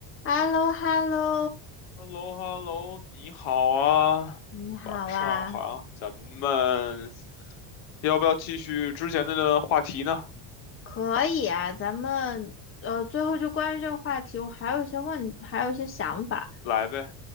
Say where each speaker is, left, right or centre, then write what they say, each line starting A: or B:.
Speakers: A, on the left (about 25°); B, on the left (about 70°).
A: h e l l o h e l l o
B: h e l l o h e l l o 你好啊，
A: 你好啊，
B: 晚上好啊，咱们要不要继续之前的话题呢？
A: 可以啊，咱们呃，最后就关于这个话题，我还有一些问，还有一些想法，
B: 来呗，